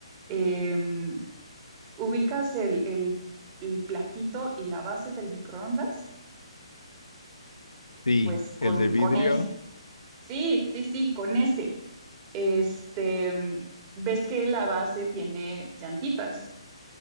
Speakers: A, on the right (about 25°); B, on the left (about 75°).
A: em, ubicas el, el- el platito y la base del microondas,
B: Sí,
A: pues con,
B: el de vidrio,
A: con ese. Sí, sí, sí, con ese. Este, mm, ves que la base tiene llantitas,